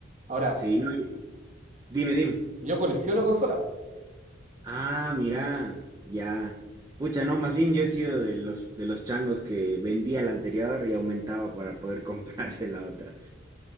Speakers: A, on the right; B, on the right.
A: Ahora,
B: Sí, no, y- dime, dime.
A: yo colecciono consolas.
B: Ah, mira, ya. Pucha, no, más bien yo he sido de los de los changos que vendía la anterior y aumentaba para poder <laughs> comprarse la otra.